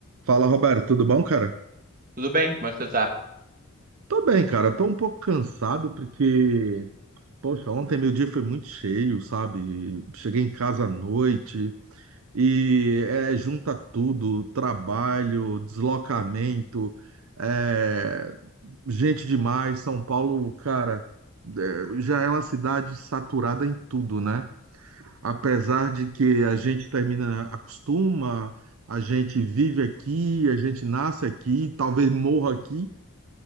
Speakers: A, on the right; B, on the right.
A: Fala, Roberto, tudo bom, cara?
B: Tudo bem? Como é que você tá?
A: Tô bem, cara. Tô um pouco cansado porque, poxa, ontem meu dia foi muito cheio, sabe? Cheguei em casa à noite e é, junta tudo, trabalho, deslocamento, é, gente demais. São Paulo, cara, é, já é uma cidade saturada em tudo, né? Apesar de que a gente termina, acostuma, a gente vive aqui, a gente nasce aqui, talvez morra aqui.